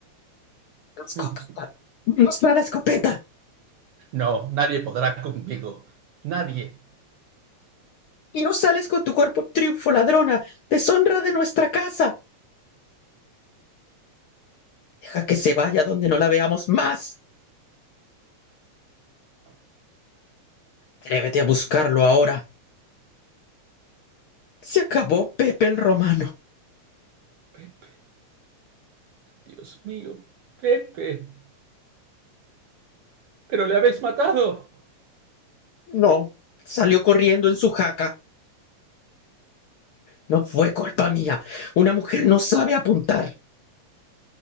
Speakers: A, on the left; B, on the right.
A: La escopeta.
B: Mm.
A: Nos da la escopeta.
B: No, nadie podrá conmigo. Nadie.
A: Y no sales con tu cuerpo triunfo, ladrona. Deshonra de nuestra casa. Deja que se vaya donde no la veamos más. Atrévete a buscarlo ahora. Se acabó Pepe el Romano.
B: Pepe, Dios mío, Pepe. Pero le habéis matado.
A: No. Salió corriendo en su jaca. No fue culpa mía. Una mujer no sabe apuntar.